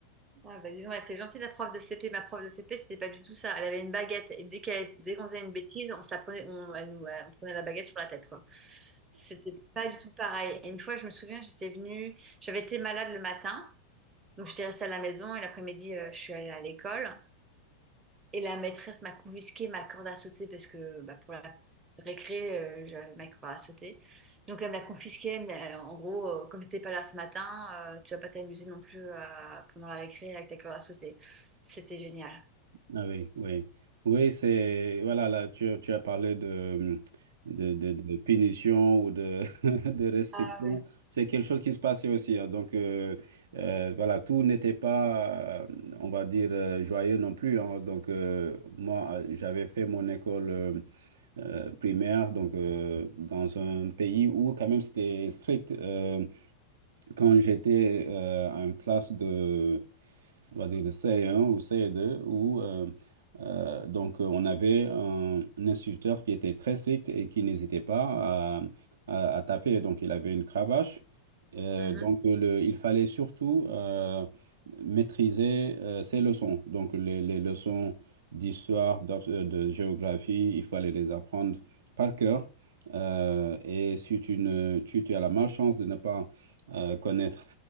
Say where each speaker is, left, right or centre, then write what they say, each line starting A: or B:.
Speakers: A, on the right (about 20°); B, on the right (about 65°).
A: Ah bah disons donc, elle était gentille la prof de CP. Ma prof de CP, c'était pas du tout ça. Elle avait une baguette et dès qu'elle, dès qu'on faisait une bêtise, on se la prenait, on, elle nous, on prenait la baguette sur la tête, quoi. C'était pas du tout pareil. Et une fois, je me souviens, j'étais venue, j'avais été malade le matin, donc j'étais restée à la maison et l'après-midi, euh, je suis allée à l'école. Et la maîtresse m'a confisqué ma corde à sauter parce que bah, pour la récré, euh, j'avais ma corde à sauter. Donc elle me l'a confisquée, mais euh, en gros, euh, comme t'étais pas là ce matin, euh, tu vas pas t'amuser non plus euh, pendant la récré avec ta corde à sauter. C'était génial.
B: Ah oui, oui. Oui, c'est. Voilà, là, tu, as- tu as parlé de, de, de, de punition ou de, <laughs> de restriction.
A: Ah,
B: C'est quelque chose qui se passait aussi. hein. Donc, euh, euh, voilà, tout n'était pas, euh, on va dire, euh, joyeux non plus. hein. Donc, euh, moi, euh, j'avais fait mon école euh, euh, primaire donc, euh, dans un pays où, quand même, c'était strict. Euh, quand j'étais euh, en classe de on va dire de c 1 ou c 2 où euh, euh, donc euh, on avait un, un instructeur qui était très strict et qui n'hésitait pas à, à- à taper. Donc il avait une cravache. Euh,
A: Mhm.
B: donc euh, le, il fallait surtout euh, maîtriser euh, ses leçons. Donc les, les leçons d'histoire, d'ab- euh, de géographie, il fallait les apprendre par cœur. Euh, et si tu, ne, tu, tu as la malchance de ne pas euh, connaître